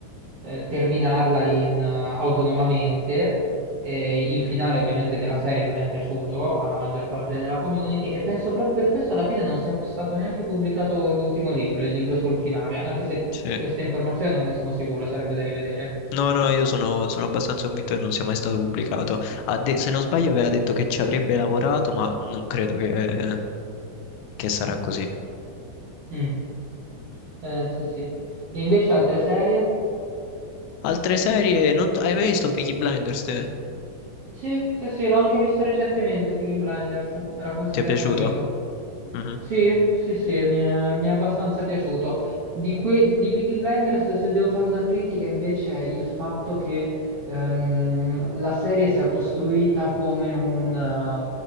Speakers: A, on the right; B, on the left.
A: eh, terminarla in, eh, autonomamente e il finale ovviamente della serie non è piaciuto alla maggior parte della community e penso proprio per questo alla fine non sia stato neanche pubblicato l'ultimo libro, il libro sul finale, anche se
B: Sì.
A: questa informazione non ne sono sicuro, sarebbe da rivedere.
B: No, no, io sono, sono abbastanza convinto che non sia mai stato pubblicato. Ha de- se non sbaglio, aveva detto che ci avrebbe lavorato, ma non credo che, che sarà così.
A: Mm. Eh, sì, sì. E invece altre serie?
B: Altre serie, non t- hai mai visto Peaky Blinders? te?
A: Sì, sì, sì, l'ho anche visto recentemente, Peaky Blinders, me l'ha consigliato
B: Ti è piaciuto?
A: un amico.
B: Mhm.
A: Sì, sì, sì, mi è, mi è abbastanza piaciuto. Di, que- di Peaky Blinders, se devo fare una critica, invece, è il fatto che ehm, la serie sia costruita come un eh,